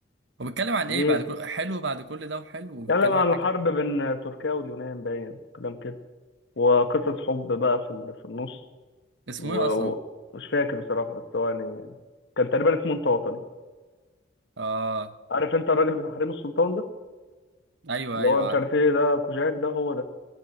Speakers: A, on the right; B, on the left.
A: هو بيتكلم عن
B: ليه
A: ايه بعد كل حلو بعد كل ده وحلو وبيتكلم
B: اتكلم عن
A: عن حاجة
B: الحرب بين تركيا واليونان باين كلام كده وقصص حب بقى في ال- في النص
A: اسمه
B: ومش
A: ايه اصلا
B: فاكر بصراحة بس هو يعني كان تقريبا اسمه انت وطني
A: اه
B: عارف انت الراجل بتاع حريم السلطان ده
A: ايوه
B: اللي
A: ايوه
B: هو مش عارف ايه ده كوجاك ده هو ده